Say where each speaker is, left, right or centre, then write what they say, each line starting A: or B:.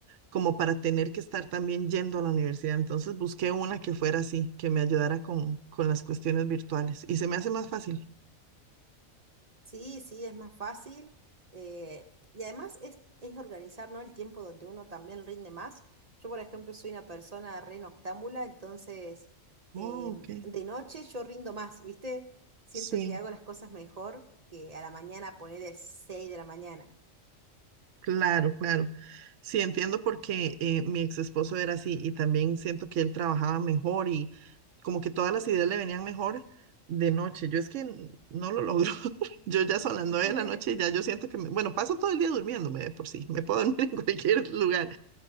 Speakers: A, on the right (about 70°); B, on the right (about 35°).
A: como para tener que estar también yendo a la universidad. Entonces busqué una que fuera así, que me ayudara con, con las cuestiones virtuales y se me hace más fácil.
B: Sí, sí, es más fácil. eh, y además es, es organizar, ¿no? El tiempo donde uno también rinde más. Yo, por ejemplo, soy una persona re noctámbula, entonces
A: Oh,
B: em,
A: ok.
B: de noche yo rindo más, ¿viste? Siento
A: Sí.
B: que hago las cosas mejor que a la mañana poner de 6 de la mañana.
A: Claro, claro. Sí, entiendo porque eh, mi ex esposo era así y también siento que él trabajaba mejor y como que todas las ideas le venían mejor de noche. Yo es que n- no lo logro. <laughs> Yo ya son las nueve
B: <laughs>
A: de la noche y ya yo siento que, me- bueno, paso todo el día durmiéndome de por sí, me puedo <laughs> dormir en cualquier lugar,